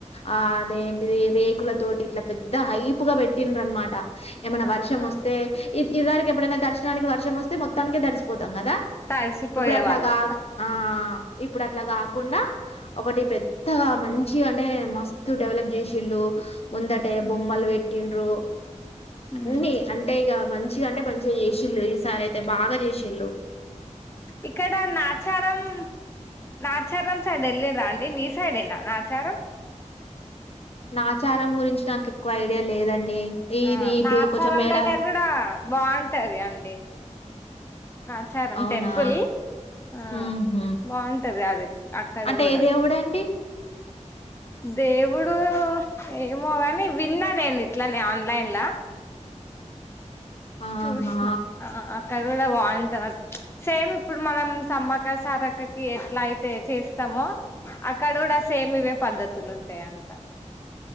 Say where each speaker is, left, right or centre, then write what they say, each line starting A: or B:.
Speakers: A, on the left; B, on the left.
A: ఆ అదేంటిది రేకుల తటి ఇట్లా పెద్ద హైప్గా పెట్టిన్ర అనమాట ఏమైన్నా
B: ఆహా
A: వర్షం వస్తే ఇది ఇది వారికి ఎప్పుడైనా దర్శనానికి వర్షం వస్తే మొత్తానికే దడిచిపోతుంది కదా
B: తడిసిపోయే
A: ఇప్పుడు అట్లాగా
B: వాళ్ళం
A: ఆ ఇప్పుడు ఇట్లా కాకుండా ఒకటి పెద్దగా మంచి అంటే మస్తు డెవలప్ చేసేళ్ళు ముందటే
B: ఉమ్
A: బొమ్మలు వెట్టిన్ు
B: ఉమ్
A: అన్నిీ అంటే ఇ మంచిగా అంటే మంచిగా చేసిళు ఈ సారి అయితే బాగా చేసిల్ళు
B: ఇక్కడ నాచారం నా ఆచారం సైడ్ వెళ్ళి రా అండి మీ సైడ్ేనా నా ఆచారం
A: నా ఆచారం గురించి నాకు ఎక్కువ ఐడియా లేదండి ఇది
B: ఆ
A: ఇది
B: నాచారం
A: కొంచెం మేడారం
B: దగ్గర కూడా బాగుంటది అండి ఆచారం
A: అవునా
B: టెంపుల్ ఆ
A: ఉహు
B: బాగుంటది అది అక్కడ
A: అంటే
B: కూడా
A: ఏ దేవుడండి
B: దేవుడు ఏమో కాని విన్నా నేను ఇట్లనే ఆన్లైన్
A: ఆహా
B: చూసినా అక్కడ కూడా బాగుంటాంది సేమ్ ఇప్పుడు మనం సమ్మకా సారక్కకి ఎట్లా అయితే చేస్తామో అక్కడ కూడా సేమ్ ఇవే పద్ధతులు ఉంటాయా అంత